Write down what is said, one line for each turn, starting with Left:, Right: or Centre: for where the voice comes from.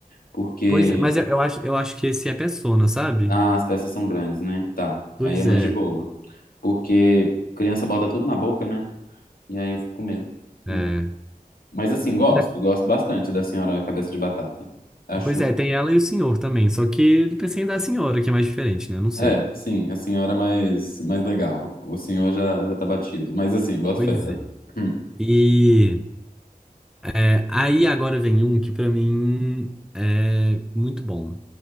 Left: porque
Centre: Pois é, mas eu eu acho, eu acho que esse é Persona, sabe?
Left: ah, as peças são grandes, né? Tá.
Centre: Pois
Left: Aí é mais
Centre: é,
Left: de boa. Porque criança bota tudo na boca, né? E aí eu fico com medo. Hum.
Centre: é.
Left: Mas assim, gosto,
Centre: É.
Left: gosto bastante da senhora cabeça de batata. Acho,
Centre: Pois é, tem ela e o senhor também. Só que eu pensei em dar a senhora, que é mais diferente, né? Não sei.
Left: é, sim, a senhora mais mais legal. O senhor já já tá batido. Mas assim, boto
Centre: Pois
Left: fé.
Centre: é.
Left: Hum.
Centre: E é, aí agora vem um que pra mim é muito bom,